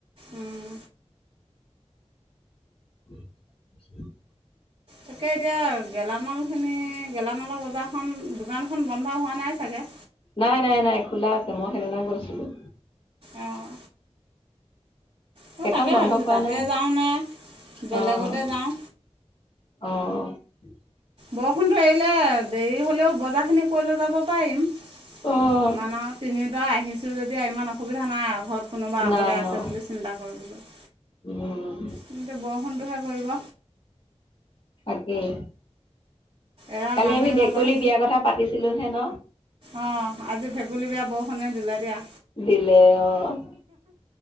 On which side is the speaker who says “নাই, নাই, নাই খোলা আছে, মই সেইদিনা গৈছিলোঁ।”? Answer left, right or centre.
Left